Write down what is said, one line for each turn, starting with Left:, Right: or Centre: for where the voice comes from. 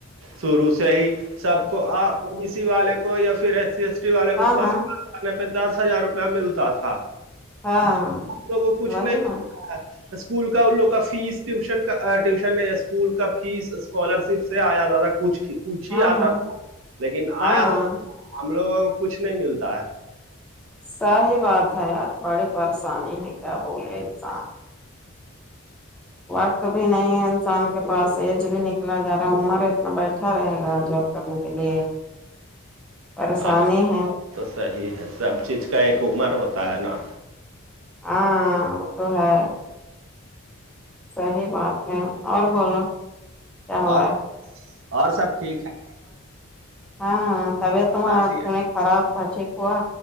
Right: شروع سے ہی سب کو او بیی سی والے کو یا پھر ایس سی ایس والے
Centre: ہاں
Right: کو فصل
Centre: ہاں
Right: کھانے پہ دس ہزار روپیہ ملتا تھا
Centre: ہاں
Right: ہم لوگ کو کچھ
Centre: وہی
Right: نہیں ملتا
Centre: نا
Right: ہے اسکول کا ان لوگ کا فیس ٹیوشن کا ٹیوشن ہے اسکول کا فیس اسکالر شپ سے آیا دادا کچھ کچھ
Centre: ہاں
Right: ہی آتا
Centre: ہاں
Right: تھا لیکن
Centre: ہاں
Right: آیا ہم لوگوں کو کچھ نہیں ملتا ہے
Centre: سی بات ہے یار بڑی پریشانی ہے کیا بولے انسان وقت بھی نہیں ہے انسان کے پاس ایج بھی نکلا جا رہا ہے عمر اتنا بیٹھا رہے گا جب کرنے کے لیے پریشانی
Right: ہاں
Centre: ہیں
Right: تو صحیح ہے سب چیز کا ایک عمر ہوتا ہے نا
Centre: ہاں وہ تو ہے صحی بات ہے اور بولو کیا ہو
Right: اور
Centre: رہا
Right: اور سب ٹھیک ہے
Centre: ہاں طبیعت تمہارا
Right: بس یہی
Centre: خراب تھا ٹھیک ہوا